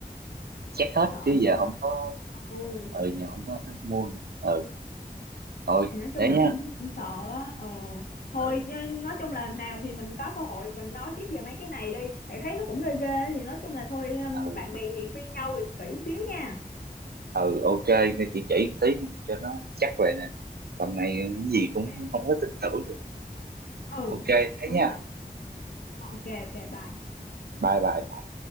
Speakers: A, on the right (about 75°); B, on the left (about 65°).
A: chắc hết
B: sợ
A: chứ
B: nha
A: giờ không có
B: ồ
A: ừ giờ không có ờ, mua nữa ừ thôi
B: thì nói chung
A: thế
B: là
A: nhá
B: cũng cũng sợ á ờ thôi
A: ừ
B: nhưng nói chung là nào thì mình có cơ hội mình nói tiếp về mấy cái này đi thì thấy nó cũng ghê ghê thì nói chung là thôi um,
A: ừ
B: bạn bè thì khuyên nhau thì kỹ xíu nha
A: ừ ok nghe chị chỉ một tí cho nó chắc vậy nè tầm này cái gì
B: ok
A: cũng không có tin tưởng được
B: ừ
A: ok thế
B: đúng
A: nhá
B: rồi ok ok bye
A: bye bye